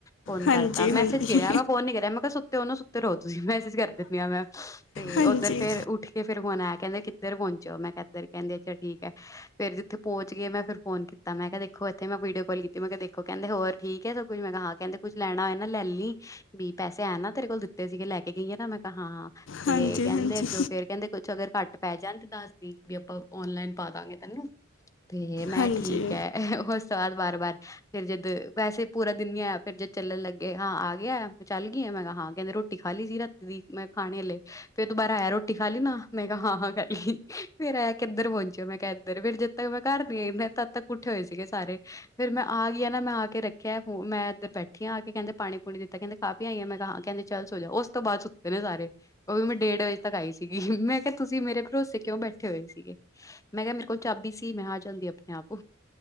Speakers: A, on the left; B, on the left.
A: ਫੋਨ
B: ਹਾਂਜੀ
A: ਕਰਤਾ ਮੈਸੇਜ
B: ਹਾਂਜੀ
A: ਗਿਐ ਮੈਂ ਫੋਨ ਨਹੀਂ ਕਰਿਆ ਮੈਂ ਕਿਹਾ ਸੁੱਤੇ ਉਹਨੂੰ ਸੁ ਤੇ ਰੋਜ਼ ਮੈਸੇਜ ਕਰਦੀ ਪਈ ਆ ਮੈਂ ਤੇ
B: ਹਾਂਜੀ
A: ਉੱਧਰ ਫੇਰ ਉੱਠ ਕੇ ਫਿਰ ਫ਼ੋਨ ਆਯੈ ਕਹਿੰਦੇ ਕਿੱਧਰ ਪਹੁੰਚਿਓ ਮੈਂ ਕਿਹਾ ਇਧਰ ਕਹਿੰਦੇ ਅੱਛਾ ਠੀਕ ਹੈ ਫੇਰ ਜਿੱਥੇ ਪਹੁੰਚ ਗਏ ਮੈਂ ਫੋਨ ਕੀਤਾ ਮੈਂ ਕਿਹਾ ਦੇਖੋ ਇੱਥੇ ਮੈਂ ਵੀਡੀਓ ਕਾਲ ਕੀਤੀ ਮੈਂ ਕਿਹਾ ਦੇਖੋ ਕਹਿੰਦੇ ਹੋਰ ਠੀਕ ਹੈ ਸਭ ਕੁੱਛ ਮੈਂ ਕਿਹਾ ਕਹਿੰਦੇ ਕੁੱਛ ਲੈਣਾ ਹੋਏ ਨਾ ਲੈ ਲੀ ਵੀ ਪੈਸੇ ਹੈ ਨਾ ਤੇਰੇ ਕੋਲ ਦਿਤੇ ਸੀਗੇ ਲੈ ਕੇ ਗਈਏ ਨਾ ਮੈਂ ਕਿਹਾ ਹਾਂ ਤੇ
B: ਹਾਂਜੀ
A: ਕਹਿੰਦੇ
B: ਹਾਂਜੀ
A: ਅੱਗੇ ਫੇਰ ਕਹਿੰਦੇ ਕੁੱਛ ਅਗਰ ਘੱਟ ਪੈ ਜਾਣ ਤੇ ਦੱਸਦੀ ਵੀ ਆਪਾਂ ਔਨਲਾਈਨ ਪਾ ਦਾਂਗੇ ਤੈਨੂੰ ਤੇ ਮੈਂ
B: ਹਾਂਜੀ
A: ਠੀਕ ਹੈ ਉਸਤਾਦ ਵਾਰ ਵਾਰ ਫੇਰ ਜਦ ਵੈਸੇ ਪੂਰਾ ਦਿਨ ਨਹੀਂ ਆਇਆ ਫਿਰ ਜਦ ਚੱਲਣ ਲੱਗੇ ਹਾਂ ਆ ਗਿਆ ਚੱਲ ਗਈ ਮੈਂ ਕਿਹਾ ਹਾਂ ਕਹਿੰਦੇ ਰੋਟੀ ਖਾਲੀ ਜ਼ੀਰਾ ਦੀ ਮੈਂ ਖਾਣੀ ਹਾਲੇ ਫਿਰ ਦੁਬਾਰਾ ਆਇਆ ਰੋਟੀ ਖਾਲੀ ਨਾ ਮੈਂ ਕਿਹਾ ਹਾਂ ਹਾਂ ਖਾਲੀ ਫੇਰ ਆਇਆ ਕਿੱਧਰ ਪਹੁੰਚੇ ਹੋ ਮੈਂ ਕਿੱਹਾ ਇਧਰ ਫਿਰ ਜ ਦ ਤਕ ਮੈਂ ਘਰ ਨਹੀਂ ਆਈ ਨ ਤਦ ਤੱਕੱ ਉਠੇ ਹੋਏ ਸੀਗੇ ਸਾਰੇ ਫੇਰ ਮੈਂ ਆ ਗਈ ਨਾ ਮੈਂ ਆ ਕੇ ਰੱਖਿਆ ਫੋ ਮੈਂ ਇੱਧਰ ਬੈਠੀ ਆ ਕੇ ਕਹਿੰਦੇ ਪਾਣੀ ਪੂਣੀ ਦਿੱਤਾ ਕਹਿੰਦੇ ਖਾਂ ਪੀ ਆਈ ਐ ਮੈਂ ਕਿਹਾ ਹਾਂ ਚੱਲ ਸੋ ਜਾ ਉਸ ਤੋਂ ਬਾਅਦ ਸੁੱਤੇ ਨੇ ਸਾਰੇ ਉਹ ਵੀ ਮੈਂ ਡੇਢ ਵਜੇ ਤੱਕ ਆਈ ਸੀਗੀ ਮੈਂ ਮੈਂ ਕਿਹਾ ਤੁਸੀਂ ਮੇਰੇ ਭਰੋਸੇ ਕਿਉਂ ਬੈਠੇ ਹੋਏ ਸੀਗੇ ਮੈਂ ਕਿਹਾ ਮੇਰੇ ਕੋਲ ਚਾਬੀ ਸੀ ਮੈਂ ਆ ਜਾਂਦੀ ਆਪਣੇ ਆਪ